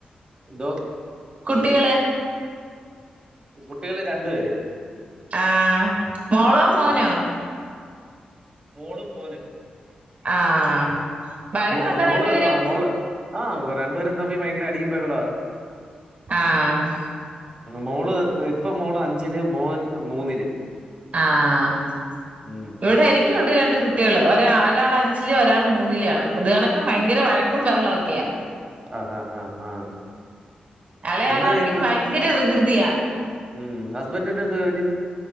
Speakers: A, on the right (about 25°); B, on the right (about 50°).
A: എന്തോ?
B: കുട്ടികള്
A: കുട്ടികള് രണ്ടു പേര്
B: ആഹ് മോളോ മോനോ
A: മോളും മോനും
B: ആഹ് വഴക്കുണ്ടോ
A: മോ മോള്
B: രണ്ടുപേരും
A: ആ മോള് ആഹ് രണ്ടുപേരും തമ്മി ഭയങ്കര അടിയും ബഹ്ളാ
B: ആഹ്
A: മോള് ഇപ്പ മോള് അഞ്ചില് മോൻ മൂന്നില്
B: ആഹ്
A: ഉം
B: ഇവിടെ എനിക്കുണ്ട് രണ്ട് കുട്ടികള് ഒര ഒരാള് അഞ്ചില് ഒരാള് മൂന്നിലാണ് പൊതു കണക്ക ഭയങ്കര വഴക്കും ബഹളം ഒക്കെയാ
A: ആഹാ ആ
B: ഇളയാളാണെങ്കി
A: എന്താ ചെയ്യന്ന്
B: ഭയങ്കര വികൃതിയാ
A: ഉം ഹസ്ബൻഡിനു എന്താ ജോലി